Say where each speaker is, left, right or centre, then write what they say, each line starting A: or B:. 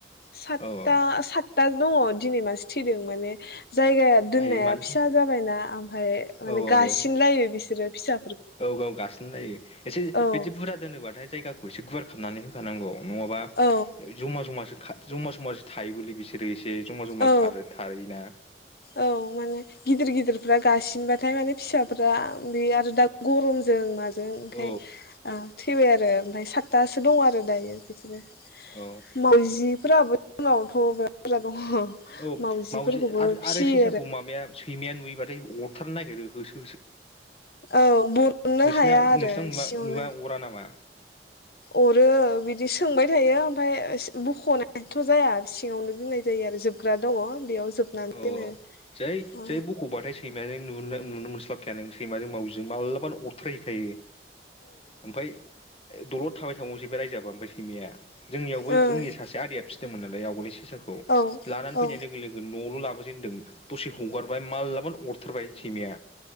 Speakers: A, on the left; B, on the left.
A: सातता
B: औ औ
A: सातता दङ। दिनै मासे थैदों माने जायगाया दोननाया
B: आयै मानो
A: फिसा जाबायना ओमफाय माने
B: औ औ
A: गासिनलायो
B: औ
A: बिसोरो फिसा
B: औ औ गासिन लायो एसे
A: ओ
B: बिदि बुरजा दोनोबाथाय जायगाखौ एसे गुवार खालामनानै होखानांगौ। नङाबा
A: औ
B: जमा जमासो खा जमा जामासो थायोबोलै बिसोरो। जमा जमा
A: औ
B: खारो थायोना
A: औ माने गिदिर गिदिर फ्रा गासिनबाथाय माने फिसाफोरा बे आरो दा गरमजों मा जों ओंखाय
B: औ
A: ओ थैबाय आरो। ओमफाय सा तासो दङ आरो दायो बिदिनो
B: औ
A: मावजि फोराबो जोंनावथ' बिराद बुरजा दङ।
B: औ
A: मावजिफोरखौबो
B: मावजि आरो
A: फिसियो
B: आरो सेसाखौ माबाया सैमाया नुयोबाथाय अरथारनो नागिरो होस
A: औ बर'ननो
B: नोंसिना
A: हाया आरो
B: नोंसिनाव
A: सिंआवनो
B: नुवा नुवा अरा नामा
A: अरो बिदि सोंबाय थायो ओमफाय बख'नायथ' जाया सिङावनो दोननाय जायो आरो जोबग्रा दङ बेयाव जोबनानै
B: औ
A: दोनो
B: औ जै
A: औ
B: जै बख'बाथाय सैमाजों नुनो नुनो मोनस्लाबखाया नों सैमाजों मावजिजों माब्लाबानो अरथारय हैखायो। ओमफाय दलद थाबाय थाबावनोसै रायजाबा ओमफाय सैमाया जोंनियावबो
A: ओं
B: जोंनि सासे आदैया फिसि दोंमोन नालाय आवगोलाय सेसाखौ
A: औ
B: लानानै फैनाय
A: औ
B: लोगो लोगो लाबोजेनदों दसे हगारबाय माललाबानो अरथारबाय सैमाया।